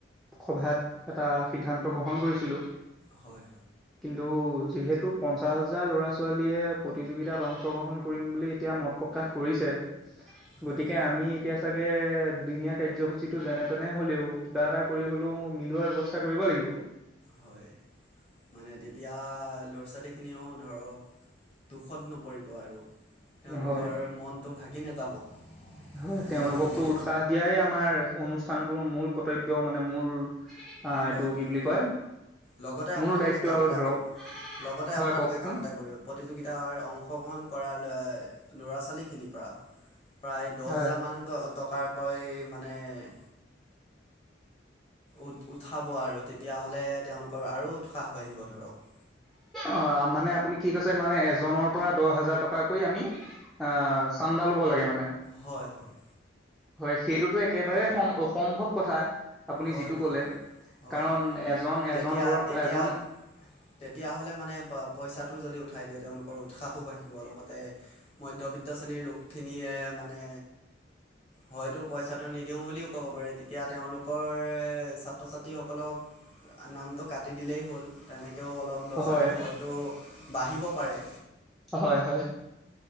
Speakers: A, in the centre; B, on the left.
A: সভাত এটা সিদ্ধান্ত গ্ৰহণ কৰিছিলো।
B: হয়।
A: কিন্তু যিহেতু পঞ্চাশ হাজাৰ ল'ৰা ছোৱালীয়ে প্ৰতিযোগিতাত অংশগ্ৰহণ কৰিম বুলি এতিয়া মত প্ৰকাশ কৰিছে।
B: হয়
A: গতিকে আমি এতিয়া চাগে দুিনীয়া কাৰ্যসূচীটো যেনে তেনে হলেও কিবা এটা কৰি হলেও মিলোৱাৰ ব্যৱস্থা কৰিব লাগিব।
B: হয় মানে তেতিয়া ল'ৰা ছোৱালীখিনিও ধৰক। দুখত নপৰিব আৰু তেওঁলোকৰ
A: হয়
B: মনটো ভাগি নাযাব।
A: হয়
B: তেনেকৈ
A: তেওঁলোকতো
B: দুদিন
A: উৎসাহ দিয়াই আমাৰ অনুষ্ঠানটোৰ মূল কৰ্তব্য মানে মূল অ' এইটো
B: হয়
A: কি
B: হয়
A: বুলি কয়?
B: লগতে
A: মূল
B: আপোনালোকে
A: দায়িত্ব
B: কাম
A: আৰু
B: এটা
A: ধৰক
B: কৰিব। লগতে
A: হয়
B: আপোনালোকে
A: কওকচোন
B: কাম এটা কৰিব প্ৰতিযোগিতাৰ অংশগ্ৰহণ কৰাৰ ল'ৰা ছোৱালীখিনিৰ পৰা প্ৰায় দহ
A: হয়
B: হেজাৰ মানক টকাকৈ মানে এক উ উঠাব আৰু তেতিয়াহলে তেওঁলোকৰ আৰু উৎসাহ বাঢ়িব ধৰক।
A: অ' মানে আপুনি কি কৈছে মানে এজনৰ পৰা দহ হাজাৰ টকাকৈ আমি অ' চন্দাল লব লগে মানে,
B: হয় হয়
A: হয় সেইটোতো একেবাৰে সম অসম্ভৱ কথা। আপুনি
B: হয়
A: যিটো
B: হয়
A: কলে,
B: হয়
A: কাৰণ এজন
B: তেতিয়া
A: এজন ল
B: তেতিয়া
A: এজন
B: তেতিয়াহ'লে মানে প পইচাটো যদি উঠাই দিয়ে তেওঁলোকৰ উৎসাহো বাঢ়িব লগত তা মধ্যবিত্ত শ্ৰেণীৰ লোকখিনিয়ে মানে হয়তো পইচাটো নিদিও বুলিও ক'ব পাৰেি তেতিয়া তেওঁলোক ছাত্ৰ ছাত্ৰীসকলক নামটো কাটি দিলেই হ'ল। তেনেকৈও অলপ ল'ৰা ছোৱালী
A: হয়
B: হয়তো বাঢ়িব পাৰে।
A: হয় হয়।